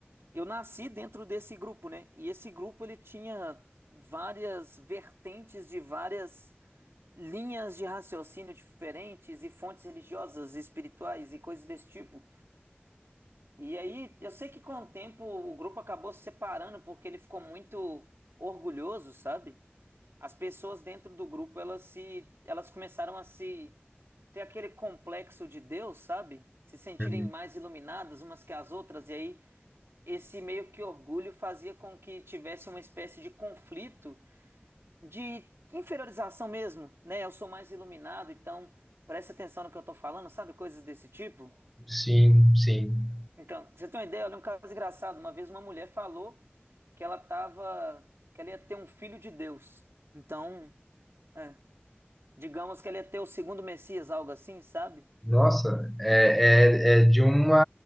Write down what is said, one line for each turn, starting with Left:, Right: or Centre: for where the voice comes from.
Right: Eu nasci dentro desse grupo, né? E esse grupo ele tinha várias vertentes de várias linhas de raciocínio diferentes e fontes religiosas, espirituais e coisas desse tipo. E aí, eu sei que com o tempo o grupo acabou se separando porque ele ficou muito orgulhoso, sabe? As pessoas dentro do grupo, elas se, elas começaram a se ter aquele complexo de Deus, sabe? Se sentirem
Centre: Uhum.
Right: mais iluminadas umas que as outras e aí esse meio que orgulho fazia com que tivesse uma espécie de conflito de inferiorização mesmo, né? Eu sou mais iluminado, então preste atenção no que eu tô falando, sabe? Coisas desse tipo.
Centre: Sim, sim.
Right: Então, você tem uma ideia? Olha, um caso engraçado. Uma vez uma mulher falou que ela tava, que ela ia ter um filho de Deus. Então, é, digamos que ela ia ter o segundo Messias, algo assim, sabe?
Centre: Nossa, é, é, é de uma,